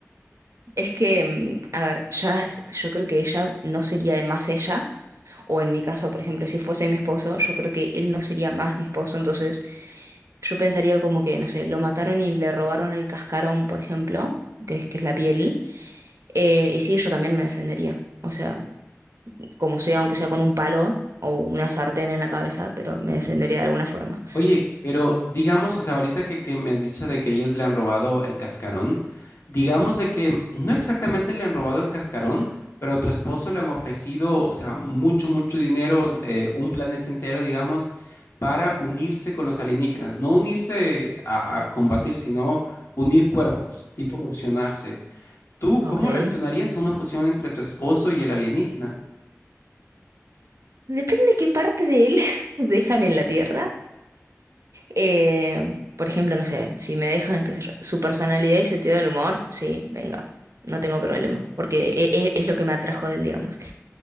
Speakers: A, on the right; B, on the left.
A: Es que, mm, a ver, ya yo creo que ella no sería más ella, o en mi caso, por ejemplo, si fuese mi esposo, yo creo que él no sería más mi esposo, entonces yo pensaría como que, no sé, lo mataron y le robaron el cascarón, por ejemplo, que es, que es la piel, eh, y sí, yo también me defendería. O sea, como sea, aunque sea con un palo o una sartén en la cabeza, pero me defendería de alguna forma.
B: Oye, pero digamos, hasta ahorita que, que me has dicho de que ellos le han robado el cascarón, digamos
A: Sí,
B: de que no exactamente le han robado el cascarón, pero a tu esposo le han ofrecido, o sea, mucho, mucho dinero, eh, un planeta entero, digamos, para unirse con los alienígenas. No unirse a, a combatir, sino unir cuerpos, tipo fusionarse. ¿Tú
A: ok.
B: cómo reaccionarías a una fusión entre tu esposo y el alienígena?
A: Depende qué parte de él <laughs> dejan en la tierra. Eh, por ejemplo, no sé, si me dejan qué sé yo, su personalidad y sentido del humor, sí, venga, no tengo problema, porque e- e- es, lo que me atrajo de él, digamos.